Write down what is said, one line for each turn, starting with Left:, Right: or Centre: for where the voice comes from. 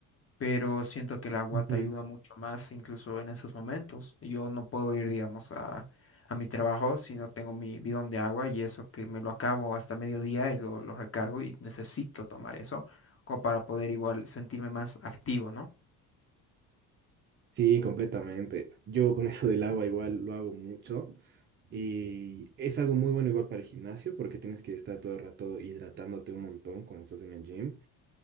Left: pero siento que el agua
Right: Ujú.
Left: te ayuda mucho más incluso en esos momentos. Yo no puedo ir, digamos, a, a mi trabajo si no tengo mi bidón de agua y eso que me lo acabo hasta mediodía y lo, lo recargo y necesito tomar eso como para poder igual sentirme más activo,
Right: Sí, completamente. Yo con eso del agua igual lo hago mucho y es algo muy bueno igual para el gimnasio porque tienes que estar todo el rato hidratándote un montón cuando estás en el gym.